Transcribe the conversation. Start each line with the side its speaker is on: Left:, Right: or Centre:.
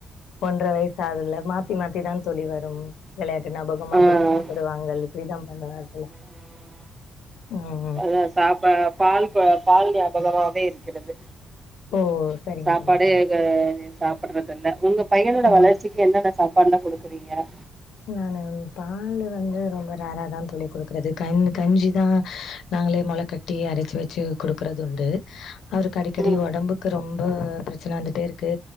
Left: ஒன்றரை வயசு ஆகுதுல மா த்தி மாத்தி தான் தோழி வரும் விளையாட்டு ஞாபகம்
Right: அஹ்
Left: அப்புறம் சாப்படுவாங்க இப்படிதான் தது <unintelligible> ப்பு உம்
Right: அதா சாப்பா பால்கொ பால் ஞாபகமாவே கிறது
Left: ஓ சரிங்க
Right: சாப்பாடு
Left: தோழி சரிங்க
Right: க
Left: தோழி.
Right: சாப்புட்றது இல்ல உங்க பையனோட
Left: ம்
Right: வளர்ச்சிக்கு என்னன்ன சாப்பாட்லா குடுக் செரிங்க
Left: நானு பாலு வந்து ரொம்ப ரேராதா தோழி குடுக்குறது கண் கஞ்சிதா நாங்களே மொள கட்டி அரச்சு வச்சு குடுக்குறது உண்டு அவருக்கு அடிக்கடி
Right: ம்
Left: ஒடம்புக்கு ரொம்ப ப்ரச்சன வந்துட்டேருக்கு